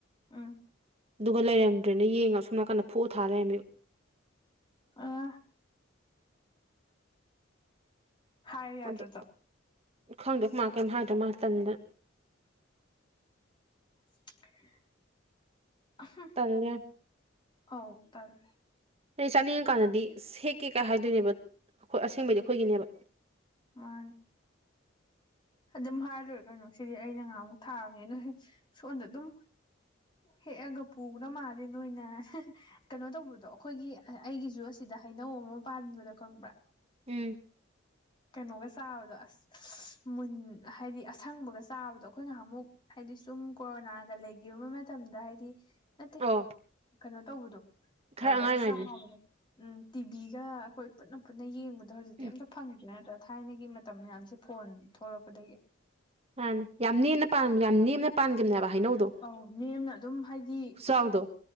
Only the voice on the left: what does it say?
ꯎꯝ
ꯑꯥ ꯈꯥꯏ ꯌꯥꯗ
ꯇ
<unintelligible>
ꯍꯧ ꯐꯔꯃꯦ
ꯃꯥ ꯑꯗꯨꯝ ꯍꯥꯏꯔ ꯂꯣꯏꯔꯦ ꯀꯩꯅꯣ ꯁꯤꯗꯤ ꯑꯩꯅ ꯉꯍꯥꯃꯨꯛ ꯊꯥꯕꯅꯤ ꯅ ꯍ ꯁꯣꯝꯗ ꯑꯗꯨꯝ ꯍꯦꯛꯑꯒ ꯄꯨꯈ꯭ꯔ ꯃꯥꯜꯂꯤ ꯅꯣꯏꯅ ꯀꯩꯅꯣ ꯇꯧꯕꯗꯣ ꯑꯈꯣꯏꯒꯤ ꯑꯩꯒꯤꯁꯨ ꯑꯁꯤꯗ ꯍꯩꯅꯧ ꯑꯃ ꯄꯥꯟꯕꯗꯣ ꯈꯪꯕ꯭ꯔꯥ
ꯀꯩꯅꯣꯒ ꯆꯥꯕꯗꯣ ꯑꯁ ꯃꯨꯟ ꯍꯥꯏꯗꯤ ꯑꯁꯪꯕꯒ ꯆꯥꯕꯗꯣ ꯑꯈꯣꯏ ꯉꯍꯥꯃꯨꯛ ꯍꯥꯏꯗꯤ ꯁꯨꯝ ꯀꯣꯔꯣꯅꯥꯒ ꯂꯩꯒꯤꯕ ꯇꯝꯗ ꯍꯥꯏꯗꯤ ꯅꯠꯇꯦ
ꯀꯩꯅꯣ ꯇꯧꯕꯗꯣ
ꯑꯗꯨꯗꯒ
ꯆꯥꯕꯗꯣ ꯎꯝ ꯇꯤꯚꯤꯒ ꯑꯈꯣꯏ ꯄꯨꯟꯅ ꯄꯨꯟꯅ ꯌꯦꯡꯕꯗꯣ ꯍꯧꯖꯤꯛꯇꯤ
ꯑꯝꯇ ꯐꯪꯗ꯭ꯔꯦ ꯅꯠꯇ꯭ꯔꯥ ꯊꯥꯏꯅꯒꯤ ꯃꯇꯝ ꯃꯌꯥꯝꯁꯦ ꯐꯣꯟ ꯊꯣꯛꯂꯛꯄꯗꯒꯤ
ꯑꯧ ꯅꯦꯝꯅ ꯑꯗꯨꯝ ꯍꯥꯏꯗꯤ